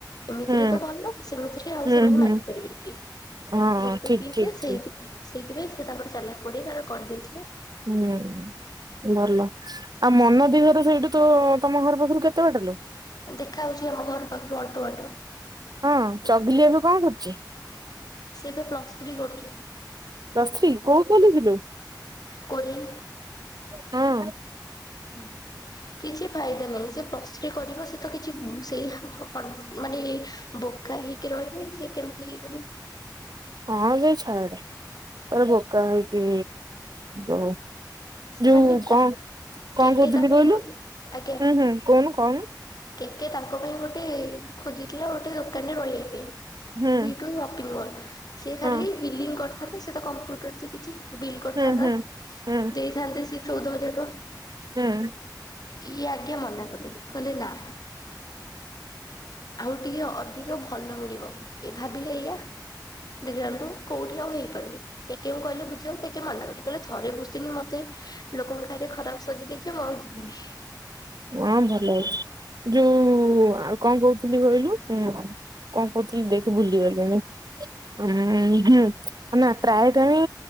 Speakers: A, on the left; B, on the right.
A: ଏମିତିରେ
B: ହୁଁ
A: ତ ଭଲ, ସେମିତିରେ ଆଉ
B: ହୁଁ
A: ସେମାନେ
B: ହୁଁ
A: ମାଗିପାରିବେନି କିଏ।
B: ହଁ
A: ଗୋଟେ
B: ଠିକ
A: ପିଇସୀ
B: ଠିକ
A: ସେଇଥି
B: ଠିକ
A: ସେଇଥିପାଇଁ ସିଏ ତାଙ୍କର ଚାଲାକ ପଡ଼ି ସିଏ ତାଙ୍କର କରିଦେଇଥିଲେ
B: ହୁଁ ଭଲ। ଆଉ ମନ ଦିଦି ଘର ସେଇଠୁ ତୋ, ତମ ଘର ପାଖରୁ କେତେ ବାଟ ଲୋ?
A: ଦେଖା ହଉଛି ଆମ ଘର ପାଖରୁ ଅଳ୍ପ ବାଟ।
B: ହଁ ଚଗିଲି ଏବେ କଣ କରୁଛି
A: ସିଏ ଏବେ ପ୍ଲସ୍ ଥ୍ରୀ କରୁଛି।
B: ପ୍ଲସ ଥ୍ରି, କୋଉ କଲେଜ ଲୋ?
A: କୋରେଇ।
B: ହଁ।
A: ହଁ। କିଛି ଫାଇଦା ନାହିଁ। ସିଏ ପ୍ଲସ ଥ୍ରି କରିବ ସେ ତ କିଛି ମୁଁ ସେଇ <unintelligible> ମାନେ ବୋ ବୋକା ହେଇକି ରହିବି, ସିଏ କେମତି ଇଏ କରିବ?
B: ହଁ ଯେ ଛାଡେ। ତାର ବୋକା ହେଇକି ରହୁ।
A: ସେମାନେ
B: ଯୋଉ କଣ,
A: ତା କେକେ
B: କଣ କହୁଥିଲି
A: ତା ପାଇଁ
B: କହିଲୁ?
A: ଆଜ୍ଞା
B: ହୁଁ ହୁଁ, କହୁନୁ କହୁନୁ।
A: କେକେ ତାଙ୍କ ପାଇଁ ଗୋଟେ, ଖୋଜିଥିଲା ଗୋଟେ ଦୋକାନରେ ରହିବା ପାଇଁ
B: ହୁଁ
A: ବି ଟୁ ସପିଂ ମଲ୍। ସେ ଖାଲି
B: ହଁ
A: ବିଲିଂ କରିଥାନ୍ତା, ସେ ତ କମ୍ପ୍ୟୁଟର ଶିଖିଚି ବିଲ୍ କରିଥାନ୍ତା,
B: ହୁଁ ହୁଁ ହୁଁ
A: ଦେଇଥାନ୍ତେ ସେ ଚଉଦ ହଜାର ଟଙ୍କା।
B: ହୁଁ
A: ଇଏ ଆଜ୍ଞା ମନା କଲେ କହିଲେ ନା। ଆଉ ଟିକେ ଅଧିକ ଭଲ ମିଳିବ ଏ ଭାବିଲେ ଏଇଆ। ଦେଖିଲାବେଳକୁ କୋଉଠି ଆଉ ହେଇପାରୁନି କେକେ କୁ କହିଲେ ବୁଝିବାକୁ କେକେ ମାନା କରିଦେଲେ କହିଲେ ଥରେ ତେଣୁ ମତେ ଲୋକଙ୍କ କାଇରେ ଖରାପ ସଜେଇ ଦେଇଛି, ମୁଁ ଆଉ ଯିବିନି।
B: ହଁ ଭଲ ହେଇଛି। ଯୋଉ ଆଉ କଣ କହୁଥିଲି କହିଲୁ କଣ କହୁଥିଲି ଦେଖ ଭୁଲିଗଲିଣି ଉ ହୁଁ ଅନା ପ୍ରାୟ ଟାଇମି